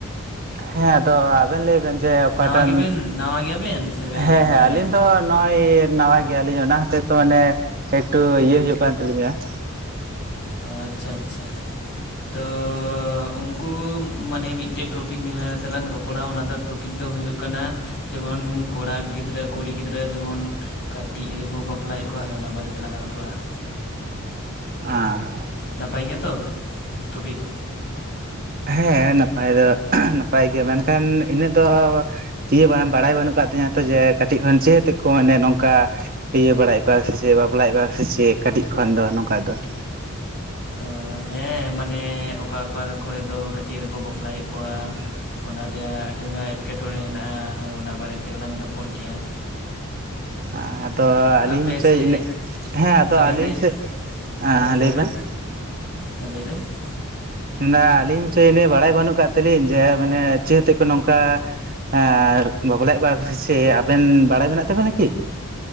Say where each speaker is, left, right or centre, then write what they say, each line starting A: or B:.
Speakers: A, on the right (about 45°); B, on the left (about 55°).
A: ᱦᱮᱸ ᱟᱫᱚ ᱟᱵᱮᱱ ᱞᱟᱹᱭ ᱵᱮᱱ ᱡᱮ ᱚᱠᱟᱴᱟᱜ
B: ᱱᱟᱣᱟ ᱜᱮᱵᱮᱱ ᱱᱟᱣᱟ ᱜᱮᱭᱟᱵᱮᱱ ᱥᱮᱵᱮᱱ
A: ᱦᱮᱸ
B: ᱯᱩᱨᱟᱱᱟ
A: ᱦᱮᱸ ᱟᱹᱞᱤᱧ
B: ᱜᱮ
A: ᱫᱚ ᱱᱚᱸᱜᱼᱚᱭ ᱱᱟᱣᱟ ᱜᱮᱭᱟᱞᱤᱧ ᱚᱱᱟ ᱦᱚᱛᱮᱡ ᱛᱮ ᱢᱟᱱᱮ ᱮᱠᱴᱩ ᱤᱭᱟᱹ ᱦᱩᱭᱩᱜ ᱠᱟᱱ ᱛᱟᱹᱞᱤᱧᱟ ᱾
B: ᱚ ᱟᱪᱪᱷᱟ ᱟᱪᱪᱷᱟ᱾ ᱛᱚ ᱩᱱᱠᱩ ᱢᱟᱱᱮ ᱢᱤᱫᱴᱮᱜ ᱴᱨᱚᱯᱤᱠ ᱱᱤᱭᱮ ᱛᱮᱞᱟᱝ ᱨᱚᱯᱚᱲᱟ ᱚᱱᱟ ᱫᱚ ᱴᱨᱚᱯᱤᱠ ᱫᱚ ᱦᱩᱭᱩᱜ ᱠᱟᱱᱟ ᱡᱮᱢᱚᱱ ᱠᱚᱲᱟ ᱜᱤᱫᱽᱨᱟᱹ ᱠᱩᱲᱤ ᱜᱤᱫᱽᱨᱟᱹ ᱡᱮᱢᱚᱱ ᱠᱟᱹᱴᱤᱡ ᱨᱮᱠᱚ ᱵᱟᱯᱞᱟᱭᱮᱜ ᱠᱚᱣᱟ ᱦᱮᱸ ᱚᱱᱟ ᱵᱟᱨᱮᱛᱮ ᱞᱟᱝ ᱨᱚᱯᱚᱲᱟ ᱾
A: ᱟ
B: ᱱᱟᱯᱟᱭ ᱜᱮᱭᱟ ᱛᱚ ᱴᱨᱚᱯᱤᱠ?
A: ᱦᱮᱸ ᱱᱟᱯᱟᱭ ᱫᱚ ᱱᱟᱯᱟᱭ ᱜᱮᱭᱟ ᱢᱮᱱᱠᱷᱟᱱ ᱤᱱᱟᱹᱜ ᱫᱚ ᱤᱭᱟᱹ ᱵᱟᱝ ᱵᱟᱲᱟᱭ ᱵᱟᱹᱱᱩᱜ ᱠᱟᱜ ᱛᱤᱧᱟᱹ ᱛᱚ ᱡᱮ ᱠᱟᱹᱴᱤᱡ ᱠᱷᱚᱱ ᱪᱮᱫ ᱛᱮᱠᱚ ᱢᱟᱱᱮ ᱱᱚᱝᱠᱟ ᱤᱭᱟᱹ ᱵᱟᱲᱟᱭ ᱚᱠᱟ ᱥᱮ ᱪᱮᱫ ᱵᱟᱯᱞᱟᱭ ᱥᱮ ᱪᱮᱫ ᱠᱟᱹᱴᱤᱡ ᱠᱷᱚᱱ ᱫᱚ ᱱᱚᱝᱠᱟ ᱫᱚ ᱾
B: ᱚ ᱦᱮᱸ ᱢᱟᱱᱮ ᱚᱠᱟ ᱚᱠᱟ ᱠᱚᱨᱮ ᱫᱚ ᱠᱟᱹᱴᱤᱡ ᱨᱮᱠᱚ ᱵᱟᱯᱞᱟᱭᱮᱫ ᱠᱚᱣᱟ ᱾ ᱚᱱᱟ ᱨᱮᱭᱟᱜ ᱟᱹᱰᱤ ᱦᱚᱲ ᱟᱜ ᱮᱴᱠᱮᱴᱚᱬᱮ ᱦᱮᱱᱟᱜᱼᱟ ᱦ ᱚᱱᱟ ᱵᱟᱨᱮ ᱛᱮᱜᱮᱞᱟᱝ ᱨᱚᱯᱚᱲ ᱠᱮᱭᱟ ᱾
A: ᱟᱫᱚ ᱟᱹᱞᱤᱧ
B: ᱟᱯᱮ
A: ᱢᱩᱪᱮᱫ
B: ᱥᱮᱫ
A: ᱤᱱᱟᱹ ᱦᱮᱸ ᱟᱫᱚ
B: ᱚᱱᱟ ᱢᱮᱱᱫᱟᱹᱧ
A: ᱟᱹᱞᱤᱧ ᱥᱮᱫ
B: ᱦᱮᱸ
A: ᱦ ᱞᱟᱹᱭ
B: ᱞᱟᱹᱭᱵᱮᱱ
A: ᱵᱮᱱ ᱾
B: ᱦᱮᱸ ᱞᱟᱹᱭ ᱵᱮᱱ ᱾
A: ᱚᱱᱟ ᱟᱹᱞᱤᱧ ᱤᱱᱟᱹ ᱵᱟᱲᱟᱭ ᱵᱟᱹᱱᱩᱜ ᱟᱠᱟᱫ ᱛᱤᱞᱤᱧ ᱡᱮ ᱢᱟᱱᱮ ᱪᱮᱫ ᱛᱮᱫ ᱠᱚ ᱱᱚᱝᱠᱟ ᱦᱮᱸ ᱵᱟᱯᱞᱟᱭᱮᱫ ᱠᱚᱣᱟ ᱪᱮᱫ ᱟᱵᱮᱱ ᱵᱟᱲᱟᱭ ᱢᱮᱱᱟᱜ ᱛᱟᱵᱮᱱᱟ ᱠᱤ?